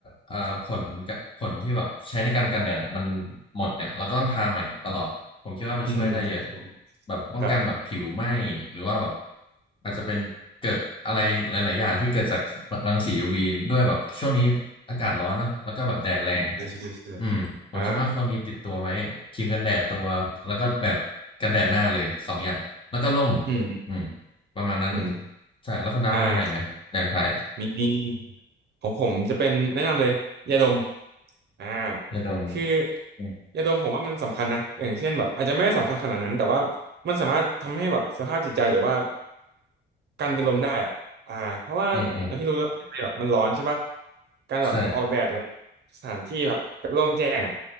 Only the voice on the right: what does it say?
อืมครับผม
ครับ
ใช่ใช่ใช่
อ่าอืมอืม
อืม
อ่า มีของผมจะเป็นแนะนำเลยยาดมอ่า
คือ
ยาดมผมว่ามันสำคัญนะอย่างเช่นแบบอาจจะไม่ได้สำคัญขนาดนั้นแต่ว่ามันสามารถทำให้แบบสภาพจิตใจหรือว่าการเป็นลมได้อ่ะอ่าเพราะว่าอย่างที่รู้แล้วประเทศไทยแบบมันร้อนใช่ปะ
การแบบออกแดดอะไร
สถานที่แบบโล่งแจ้งอ่ะ